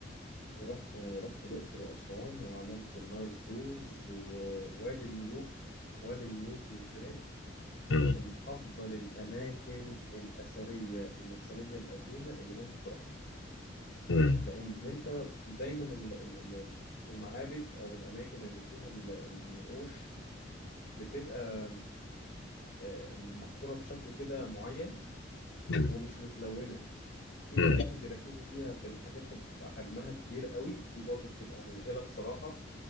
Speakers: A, on the left; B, on the left.
A: رحت رحت الأقصر وأسوان وعملت النايل كروز ووادي الملوك وادي الملوك بالذات
B: مم.
A: من أفضل الأماكن الأثرية المصرية القديمة اللي ممكن تروحها
B: مم.
A: لان انت دايما ال- ال- ال- المعابد او الاماكن اللي فيها ال- النقوش بتبقى آه، محفوره بشكل كده معين
B: مم.
A: ومش متلونه في
B: مم.
A: اماكن بيركزوا فيها في الحاجات تبقى حجمها كبير قوي دي برضو بتبقى مذهله بصراحه